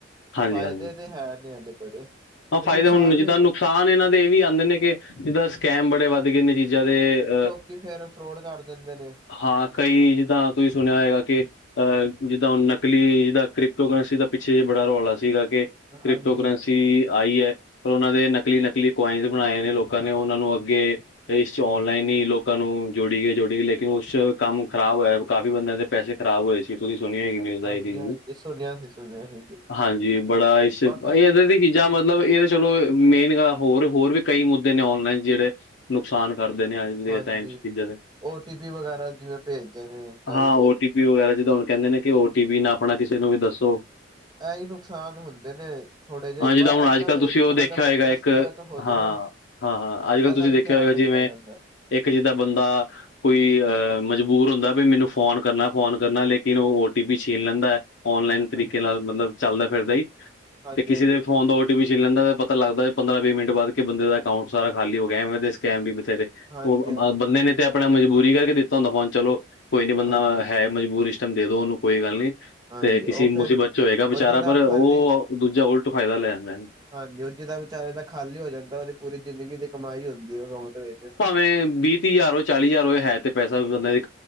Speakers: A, on the left; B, on the right.
A: ਹਾਂਜੀ
B: ਫ਼ਾਇਦੇ
A: ਹਾਂਜੀ
B: ਤੇ ਹੈ ਨੀ ਇਹਦੇ ਬੜੇ। ਫਿਰ
A: ਹਾਂ ਫਾਇਦੇ
B: ਨੁਕਸਾਨ
A: ਹੁਣ ਨੇ ਜਿੱਦਾਂ
B: ਵੀ
A: ਨੁਕਸਾਨ ਇਹਨਾਂ ਦੇ ਇਹ ਵੀ ਆਂਦੇ ਨੇ ਕਿ ਜਿੱਦਾਂ ਸਕੈਮ ਬੜੇ ਵੱਧ ਗਏ ਨੇ ਚੀਜ਼ਾਂ ਦੇ ਅ
B: ਕਿ ਫੇਰ ਫਰੋਡ ਕਰ ਦਿੰਦੇ ਨੇ।
A: ਹਾਂ, ਕਈ ਜਿੱਦਾਂ ਤੁਸੀਂ ਸੁਣਿਆ ਹੋਏਗਾ ਕੇ ਅਹ ਜਿੱਦਾਂ ਹੁਣ ਨਕਲੀ ਜਿੱਦਾਂ ਕ੍ਰਿਪਟੋ ਕਰੰਸੀ ਦਾ ਪਿੱਛੇ ਜੇ ਬੜਾ ਰੌਲਾ ਸੀਗਾ ਕੇ ਕ੍ਰਿਪਟੋ
B: ਹਾਂਜੀ
A: ਕਰੈਂਸੀ। ਆਈ ਐ, ਔਰ ਉਹਨਾਂ ਦੇ ਨਕਲੀ - ਨਕਲੀ ਕੁਆਇਨਸ ਬਣਾਏ ਨੇ ਲੋਕਾਂ ਨੇ ਉਹਨਾਂ ਨੂੰ ਅੱਗੇ ਇਸ 'ਚ ਔਨਲਾਈਨ ਹੀ ਲੋਕਾਂ ਨੂੰ ਜੋੜੀ ਗਏ- ਜੋੜੀ ਗਏ ਲੇਕਿਨ ਉਸ ਚ ਕੰਮ ਖ਼ਰਾਬ ਹੋਇਆ ਕਾਫ਼ੀ ਬੰਦਿਆਂ ਦੇ ਪੈਸੇ ਖਰਾਬ ਹੋਏ ਸੀ। ਤੁਸੀ ਸੁਣੀਏ ਈ
B: ਹਾਂਜੀ ਹਾਂਜੀ
A: ਓ।
B: ਸੁਣਿਆ ਸੀ ਸੁਣਿਆ ਸੀ
A: <unintelligible> ਹਾਂਜੀ ਬੜਾ ਇਸ ਇਹਦਰ
B: ਵਾ ਕਈ
A: ਦੀ ਜਾਂ ਮਤਲਬ ਇਹ ਤਾਂ ਚਲੋ ਮੇਨ ਗੱਲ ਹੋਰ-ਹੋਰ ਵੀ ਕਈ ਮੁੱਦੇ ਨੇ ਔਨਲਾਈਨ ਜਿਹੜੇ ਨੁਕਸਾਨ ਕਰਦੇ ਨੇ ਅੱਜ ਦੇ
B: ਹਾਂਜੀ
A: ਟਾਈਮ 'ਚ ਚੀਜ਼ਾਂ ਦੇ
B: ਓ ਟੀ ਪੀ ਵਗੈਰਾ ਜਿਵੇਂ ਭੇਜਦੇ ਨੇ, ਗ਼ਲਤ।
A: ਹਾਂ ਓ ਟੀ ਵਗੈਰਾ ਜਿੱਦਾਂ ਹੁਣ ਕਹਿੰਦੇ ਨੇ, ਕਿ ਉਹ ਟੀ ਵੀ ਨਾ ਆਪਣਾ ਕਿਸੇ ਨੂੰ ਵੀ ਦੱਸੋ।
B: ਐਹੀ ਨੁਕਸਾਨ ਹੁੰਦੇ ਨੇ। ਥੋੜੇ ਜਿਹੇ
A: ਹਾਂ ਜਿੱਦਾਂ
B: ਬ
A: ਹੁਣ
B: ਇਹਨਾਂ
A: ਅੱਜ ਕੱਲ੍ਹ
B: ਵੀ
A: ਤੁਸੀਂ
B: ਥੋੜਾ
A: ਉਹ ਦੇਖਿਆ
B: ਜਿਹਾ ਬੰਦਾ
A: ਹੋਏਗਾ ਇੱਕ
B: ਸਤਰਕ ਹੋ ਜੇ
A: ਹਾਂ
B: ਨਾ,
A: ਹਾਂ ਹਾਂ ਅੱਜ ਕੱਲ੍ਹ
B: ਇਹਦਾ
A: ਤੁਸੀਂ
B: ਵੀ
A: ਦੇਖਿਆ
B: ਧਿਆਨ
A: ਹੋਏਗਾ ਜਿਵੇਂ
B: ਰੱਖਿਆ ਜਾਂਦਾ ਹੈ।
A: ਇੱਕ ਜਿੱਦਾਂ ਬੰਦਾ ਕੋਈ ਅਹ ਮਜਬੂਰ ਹੁੰਦਾ। ਬਈ ਮੈਨੂੰ ਫੋਨ ਕਰਨਾ- ਫੋਨ ਕਰਨਾ ਲੇਕ ਕਿਨ ਓ ਟੀ ਪੀ ਛੀਨ ਲੈਂਦਾ। ਔਨਲਾਈਨ ਤਰੀਕੇ
B: ਹਾਂਜੀ
A: ਨਾਲ ਮਤਲਬ ਚੱਲਦਾ ਫਿਰਦਾ ਹੀ,
B: ਹਾਂਜੀ
A: ਤੇ ਕਿਸੇ
B: ਹਾਂਜੀ
A: ਦੇ ਉਦਾਂ ੳ ਟੀ ਨੀ ਛੀਨ ਲੈਂਦਾ ਪਤਾ ਲੱਗਦਾ ਪੰਦਰਾਂ- ਵੀਹ ਮਿੰਟ ਬਾਅਦ ਕਿ ਬੰਦੇ ਦਾ ਅਕਾਊਂਟ ਸਾਰ ਖਾਲੀ ਹੋ ਗਿਆ ਐਵੇਂ ਦੇ ਸਕੈਮ ਵੀ ਬਥੇਰੇ
B: ਹਾਂਜੀ
A: ਉਹ
B: ਹਾਂਜੀ
A: ਬੰਦੇ ਨੇ ਤੇ ਆਪਣਾ ਮਜਬੂਰੀ ਕਰਕੇ ਦਿੱਤਾ ਹੁੰਦਾ, ਫੋਨ ਚਲੋ ਕੋਈ ਨੀ ਬੰਦਾ
B: ਹਾਂਜੀ
A: ਹੈ। ਮਜਬੂਰ ਇਸਟਮ ਦੇ ਦੋ ਉਹਨੂੰ ਕੋਈ ਗੱਲ ਨੀ।
B: ਹਾਂਜੀ
A: ਤੇ ਕਿਸੇ
B: ਉਹ
A: ਮੁਸੀਬਤ
B: ਫੇਰ
A: ਚ ਹੋਏਗਾ ਵਿਚਾਰਾ
B: ਉਹ ਜਿਹੜਾ
A: ਪਰ,
B: ਖਾਲੀ
A: ਉਹ ਦੂਜਾ ਉਲਟ ਫਾਇਦਾ ਲੈ ਜਾਂਦਾ ਨਾ।
B: ਹਾਂਜੀ ਉਹ ਜਿੱਦਾਂ ਵਿਚਾਰੇ ਦਾ ਖਾਲੀ ਹੋ ਜਾਂਦਾ ਉਹਦੀ ਪੂਰੀ ਜ਼ਿੰਦਗੀ ਦੀ ਕਮਾਈ ਹੁੰਦੀ ਹੈ। ਅਕਾਊਂਟ ਵਿੱਚ।
A: ਐ ਵੀਹ- ਤੀਹ ਹਜ਼ਾਰ ਹੋ ਚਾਲੀ ਹਜ਼ਾਰ ਹੋ, ਹੈ ਤੇ ਪੈਸਾ ਬੰਦਾ ਵੀ-